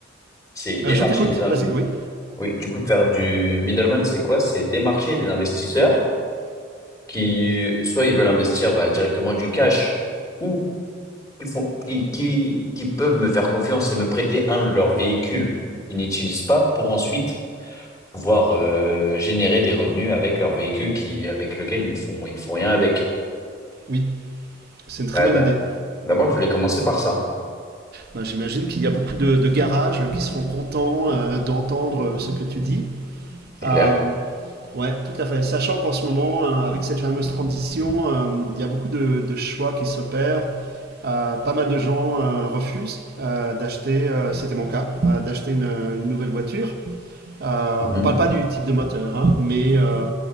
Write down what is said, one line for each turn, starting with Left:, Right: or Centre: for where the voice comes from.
Left: C'est démarcher
Right: Euh, je t'écoute.
Left: des in-
Right: Vas-y. Oui.
Left: oui, du coup faire du middleman, c'est quoi? C'est démarcher des investisseurs qui soit ils veulent investir bah, directement du cash ou qui font qui qui qui peuvent me faire confiance et me prêter un de leurs véhicules qu'ils n'utilisent pas pour ensuite pouvoir euh, générer des revenus avec leur véhicule qui, avec lequel ils ne font, ils ne font rien avec.
Right: Oui. C'est une très
Left: Bah,
Right: bonne
Left: d'a-
Right: idée.
Left: d'abord, je voulais commencer par ça,
Right: Ben, J'imagine qu'il y a beaucoup de, de garages qui seront contents euh, d'entendre euh, ce que tu dis.
Left: c'est
Right: Euh,
Left: clair.
Right: ouais, tout à fait. Sachant qu'en ce moment, euh, avec cette fameuse transition, euh, il y a beaucoup de, de choix qui s'opèrent. Euh, pas mal de gens euh, refusent euh, d'acheter, euh, c'était mon cas, euh, d'acheter une, une nouvelle voiture. Euh,
Left: Mhm.
Right: on parle pas du type de moteur, hein, mais euh,